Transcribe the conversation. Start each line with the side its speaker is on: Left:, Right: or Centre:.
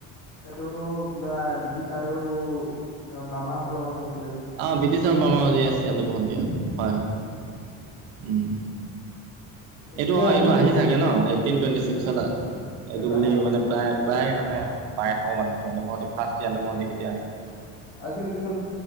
Left: এইটো কিবা ব্ৰিটিছ আৰু ৰ্বামা সকলৰ মাজত হৈছে।
Right: আহ ব্ৰিটিছ আৰু ৰ্বামাৰ মাজত ইয়েচ। ইয়ান্দাবু সন্ধি। হয় হয় উম
Left: এতিয়া
Right: এইটো অ'এইটো
Left: আহো
Right: আহি থাকে ন, এইটটিন টুৱেটি ছিক্সত
Left: এইটো
Right: এইটো বুলি
Left: আহে অ
Right: মানে প্ৰায় প্ৰায় মানে পাই থাকো মানে ইয়ান্দাবু সন্ধি, ফাৰ্ষ্ট ইয়ান্দাবু সন্ধি কেতিয়া হৈছিলে?
Left: আজিকালি কি হ'ল